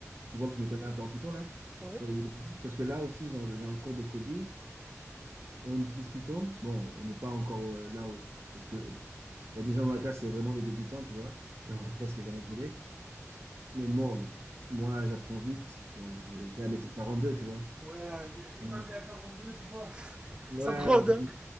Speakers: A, on the right; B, on the right.
A: Tu vois que je m'y connais un peu en Python, là,
B: Ouais.
A: sur les librairies. Parce que là aussi, genre, j'ai un cours de coding et on utilise Python. Bon, on n'est pas encore euh, là où... Parce que Il y a des gens dans la classe, c'est vraiment des débutants, tu vois, qui ont <laughs> presque jamais codé. Mais bon, moi, j'apprends vite. Bon, euh, c'est la méthode 42, tu vois.
B: Ouais,
A: Mm.
B: une année à quarante deux tu vois. <laughs>
A: Ouais,
B: Ça te rôde,
A: on-
B: hein